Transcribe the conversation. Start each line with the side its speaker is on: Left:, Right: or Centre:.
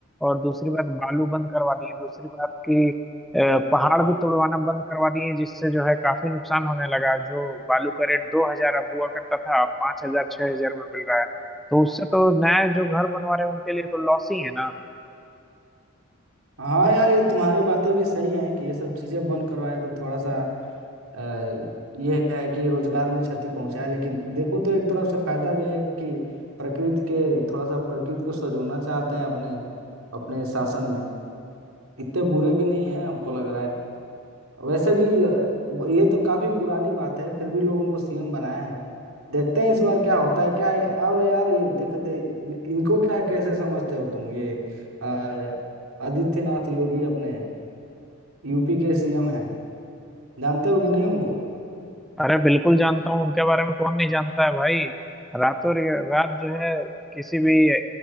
Centre: और दूसरी बात बालू बंद करवा दिए दूसरी बात कि अ, पहाड़ भी तोड़वाना बंद करवा दिए जिससे जो है काफी नुकसान होने लगा जो बालू का रेट दो हजार अब हुआ करता था अब पाँच हजार छह हजार में मिल रहा है तो उससे तो नया जो घर बनवा रहे हैं उनके लिए तो लॉस ही है ना
Right: हाँ यार ये तुम्हारी बातें भी सही हैं कि ये सब चीजें बंद करवाएं तो थोड़ा सा अ, ये है कि रोजगार में क्षति पहुंचाए लेकिन देखो तो एक तरफ से फायदा भी है कि प्रकृति के थोड़ा सा प्रकृति को सजोना चाहते हैं अपने अपने शासन में इतने बुरे भी नहीं है हमको लग रहा है वैसे भी अ, ब- ये तो काफी पुरानी बात है फिर भी लोग उनको सीएम बनाया है देखते हैं इस बार क्या होता है क्या है? और यार ये देख दे इनको क्या कैसे समझते हो तुम ये अ, आदित्यनाथ योगी अपने यूपी के सीएम हैं जानते हो कि नहीं उनको
Centre: अरे बिल्कुल जानता हूँ उनके बारे में कौन नहीं जानता है भाई रातों रे- रात जो है किसी भी अ,